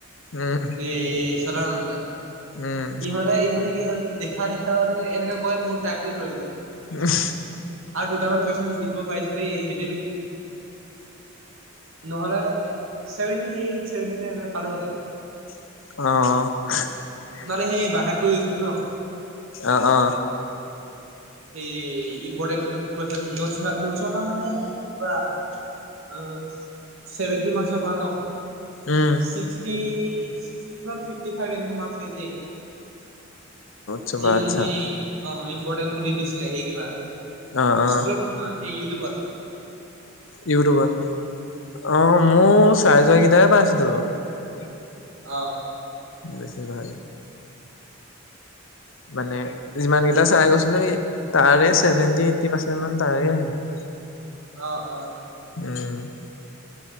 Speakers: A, on the left; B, on the right.
A: উম
B: সে সদানন্দ
A: উম
B: ইহঁতে ইহঁতে কি হল দেখা দেখা এনেকে কয় মোৰ টাইমটোৱে লৈ ললে
A: উম
B: আৰু দুটামান কুৱেশ্যন লিখিব পাৰছিলে সেই সেটোৱেই লিখ নহলে চেভেণ্টি এইট চেভেণ্টি নাইন মান পালো হেতেন
A: অহ
B: মানে সেই বাহাত কৰি গৈছিলে ন
A: অ অ
B: সে ইম্পটেণ্ট কুৱেশ্যন নোচ মা নোচ পা মানে কিবা আহ ছেভেনণ্টি মাৰ্ক্সৰ পা ন
A: উম
B: চিক্সটি চিক্সটি বা ফিফটি ফাইভ এনেকে মাৰ্ক্স আহিছেই
A: চবা
B: যি মানে
A: আচ্ছা
B: সেই অ ইম্পৰ্টেণ্ট বুলি দিছিলে সেই কিবা
A: অ', অ',
B: স্কুলত নহয় সেই ইউটিউবত
A: ইউটিউবত অ মোৰ চাই যোৱা কিতাপে পাইছিলো বাৰু
B: অ
A: বেছি ভাল মানে যিমান কেইটা চাই গৈছো লৈছে তাৰে ছেভেনটি এইটটি পাৰ্চেন্ট মান তাৰে আহিছে
B: অ অ
A: উম